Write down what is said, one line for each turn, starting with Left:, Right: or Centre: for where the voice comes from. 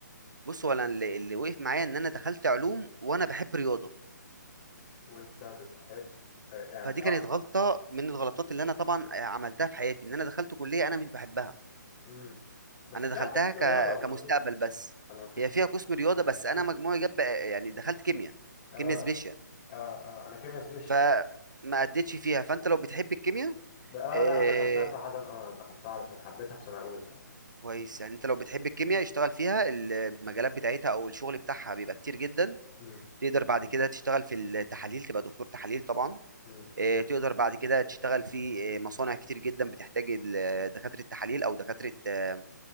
Right: بص هو انا اللي اللي وقف معايا ان انا دخلت علوم وانا بحب رياضه
Left: وانت بتحب آه، يعني
Right: فدي
Left: اه
Right: كانت غلطه من الغلطات اللي انا طبعا عملتها في حياتي ان انا دخلت كليه انا مش بحبها
Left: امم بس
Right: انا
Left: فيها
Right: دخلتها
Left: قسم
Right: ك...
Left: رياضة ولا
Right: كمستقبل
Left: ما فيش
Right: بس
Left: ولا ما كانش
Right: هي فيها
Left: فيه؟
Right: قسم رياضه بس انا
Left: اه
Right: مجموعي جاب يعني دخلت كيمياء
Left: اه
Right: كيمياء سبيشال
Left: اه انا كيميا سبيش
Right: فما اديتش فيها فانت لو بتحب الكيمياء
Left: اه
Right: إيه...
Left: لا انا دخلتها صراحة اه انا دخلتها علشان حبيتها في سنة اولى
Right: كويس يعني انت لو بتحب الكيمياء اشتغل فيها المجالات بتاعتها او الشغل بتاعها بيبقى كتير جدا
Left: امم
Right: تقدر بعد كده تشتغل في التحاليل تبقى دكتور تحاليل طبعا
Left: امم
Right: إيه... تقدر بعد كده تشتغل في إيه، مصانع كتير جدا بتحتاج ال- دكاتره التحاليل او دكاتره آه،